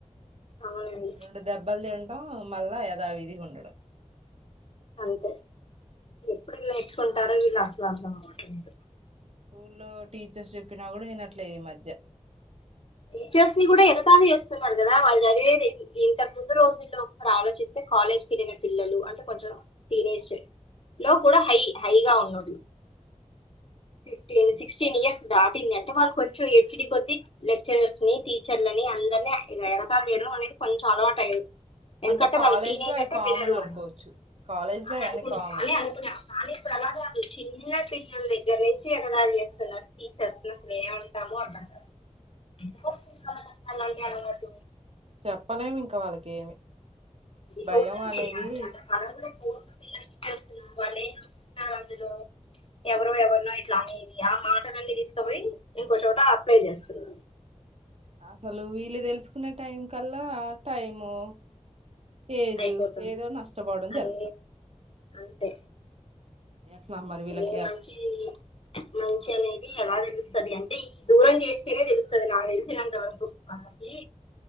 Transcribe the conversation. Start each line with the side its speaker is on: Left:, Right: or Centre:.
Left: అవునండి
Right: రోండు దెబ్బల్ తిన్టాం మళ్ళా యధా విధిగ్ ఉండడు
Left: అంతే ఎప్పుడు నేర్చుకుంటారో వీళ్ళు అస్ల అద్దం అవ్వట్లేదు
Right: స్కూల్లో టీచర్స్ చెప్పినా కూడా వినట్లేదు ఈ మధ్య
Left: టీచర్స్ ని కూడా ఎగాతాలి చేస్తున్నారు కదా వాళ్ చదివేది ఇంతకు ముందు రోజుల్లో ఒక ఆలోచిస్తే కాలేజ్ కేళ్ళిన పిల్లలు అంటే కొంచెం టీనేజే లో కూడా హై హైగా ఉన్నడు ఫిఫ్టీన్, సిక్స్టీన్ ఇయర్స్ దాటింది అంటే వాళ్ళు కొంచెం హెచ్డీ కోద్ది లెక్చరర్స్ ని టీచర్లని అందరినీ ఎగతాళి చేయడం అనేది కొంచెం అలవాట్ అయింద్ ఎందుకంటే
Right: అంటే కాలేజ్
Left: మనక్ టీనేజ్
Right: లో అవి
Left: అంటే
Right: కామన్
Left: వినరు
Right: అనుకోవచ్చు
Left: అని.
Right: కాలేజ్ లో
Left: అని
Right: అవన్నీ
Left: అనుకుం
Right: కామన్
Left: అని అనుకున్న కానీ ఇప్పుడ్ అలానే ఉంద్ చిన్న పిల్లల దగ్గర నుంచి ఎగతాళి చేస్తున్నారు టీచర్స్ ని అసల ఏమంటాము అంట ఎందుకస్తుంది వాళ్ళక్ అసల్ ఆ అలవాటు
Right: చెప్పలేం ఇంకా వాళ్ళకేమి
Left: ఈ
Right: భయం
Left: సోషల్
Right: అనేది
Left: మీడియా అంటే మనం కూడా ఫోన్ లో పిల్లలకి ఇచ్చేస్తున్నాం వాళ్ళు ఏం చూస్తున్నారు అందులో ఎవరో ఎవర్నో ఇట్ల అనే ఆ మాటల అన్న తీ ఇస్తపోయి ఇంకోచోట అప్లై చేస్తున్నారు
Right: అసలు వీళ్ళు తెలుసుకునే టైం కల్ల టైము ఏజు
Left: అయిపోతుంది
Right: ఏదో నష్టపోవడం
Left: అది
Right: జరుగుతది
Left: అంతే
Right: ఏట్ల మరి వీలక్
Left: ఇ మంచి మంచి అనేది ఎలా తెలుస్తది అం టి దూరం చేస్తేనే తెలుస్తుంది నాకు తెలిసినంతవరకు వాళ్లకి